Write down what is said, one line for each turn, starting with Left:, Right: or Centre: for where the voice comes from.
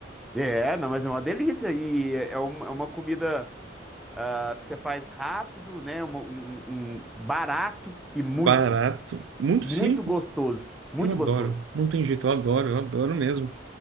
Centre: É, não, mas é uma delícia e é é uma, é uma comida ah, que você faz rápido, né? um, um- um barato e muito,
Right: Barato, muito
Centre: muito
Right: simples.
Centre: gostoso, muito
Right: Eu adoro.
Centre: gostoso.
Right: Não tem jeito, eu adoro, eu adoro mesmo.